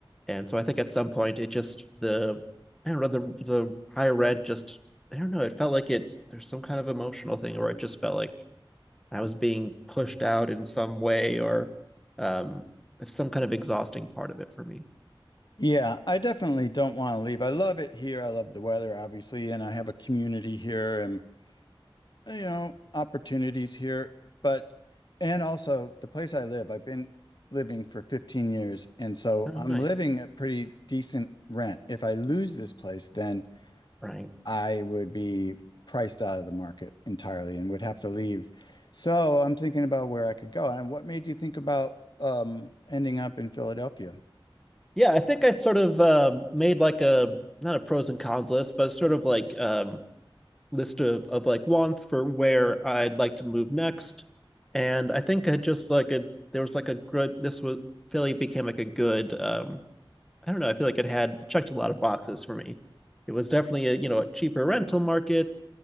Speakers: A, in the centre; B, on the left.
A: And so I think at some point it just the I don't know the the higher rent just I don't know it felt like it there's some kind of emotional thing or it just felt like I was being pushed out in some way or um some kind of exhausting part of it for me.
B: Yeah, I definitely don't want to leave. I love it here. I love the weather, obviously, and I have a community here and you know, opportunities here, but and also the place I live, I've been living for 15 years, and so
A: Oh,
B: I'm
A: nice.
B: living at pretty decent rent. If I lose this place, then
A: Right.
B: I would be priced out of the market entirely and would have to leave. So I'm thinking about where I could go. And what made you think about um ending up in Philadelphia?
A: Yeah, I think I sort of um made like a not a pros and cons list, but sort of like um list of of like wants for where I'd like to move next, and I think I just like a there was like a good this was Philly became like a good um I don't know I feel like it had checked a lot of boxes for me. It was definitely a you know a cheaper rental market.